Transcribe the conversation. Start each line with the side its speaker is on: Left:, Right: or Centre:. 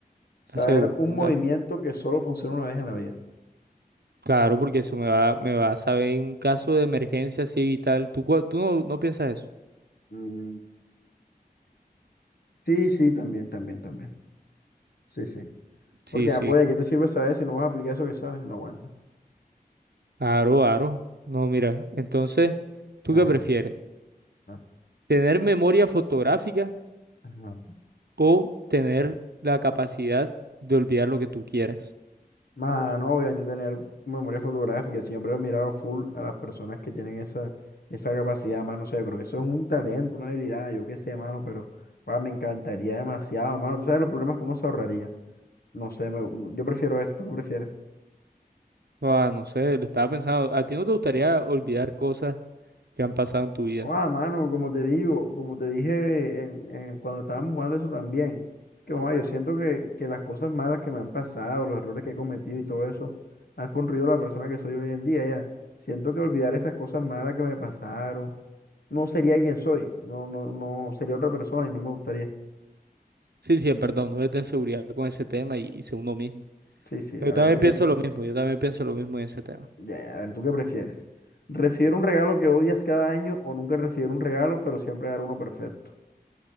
Left: Saber
Right: la segunda.
Left: un movimiento que solo funciona una vez en la vida.
Right: Claro, porque eso me va, me va a saber en un caso de emergencia así vital. ¿Tú, cua- tú no, no piensas eso?
Left: Mm, Sí, sí, también, también, también. Sí, sí.
Right: Sí,
Left: Porque ya
Right: sí.
Left: puede, ¿qué te sirve saber si no vas a aplicar eso que sabes? No aguanta.
Right: Aro, aro. No, mira. Entonces, ¿tú
Left: Ajá.
Right: qué prefieres?
Left: ajá.
Right: ¿Tener memoria fotográfica
Left: ajá.
Right: o tener la capacidad de olvidar lo que tú quieras?
Left: Mano, obviamente tener memoria fotográfica. Siempre he mirado full a las personas que tienen esa, esa capacidad, mano. O sea, yo creo que eso es un talento, una habilidad, yo qué sé, mano, pero ah, me encantaría demasiado, mano. Tú sabes los problemas que uno se ahorraría. No sé, me- yo prefiero eso, ¿tú qué prefieres?
Right: Ah, no sé, lo estaba pensando. ¿A ti no te gustaría olvidar cosas que han pasado en tu vida?
Left: Ah, mano, como te digo, como te dije en- en- cuando estábamos jugando eso también, que joa, yo siento que, que las cosas malas que me han pasado, los errores que he cometido y todo eso, han construido la persona que soy hoy en día, ya. Siento que olvidar esas cosas malas que me pasaron, no sería quien soy, no, no, no, sería otra persona y no me gustaría.
Right: Sí, sí, es verdad. Uno debe tener seguridad con ese tema y, y ser uno mismo.
Left: Sí, sí, a
Right: Yo
Left: ver,
Right: también
Left: ¿tú
Right: pienso
Left: qué,
Right: lo mismo. Yo también pienso lo mismo en ese tema.
Left: ya, a ver, ¿tú qué prefieres? ¿Recibir un regalo que odias cada año o nunca recibir un regalo, pero siempre dar uno perfecto?